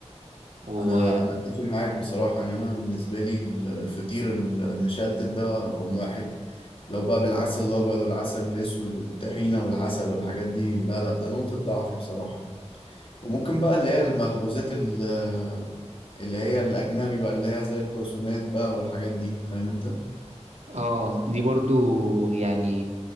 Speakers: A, on the right (about 80°); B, on the left (about 50°).
A: و...
B: انا انا اتفق معاك بصراحه يعني انا بالنسبه لي ال- الفطير ال- المشلتت ده رقم واحد لو بقى بالعسل الابيض والعسل الاسود والطحينه والعسل والحاجات دي لا لا ده نقطه ضعفي بصراحه وممكن بقى اللي هي المخبوزات ال- اللي هي الاجنبي بقى اللي هي زي الكروسونات بقى والحاجات دي فاهم انت
A: اه دي برضو يعني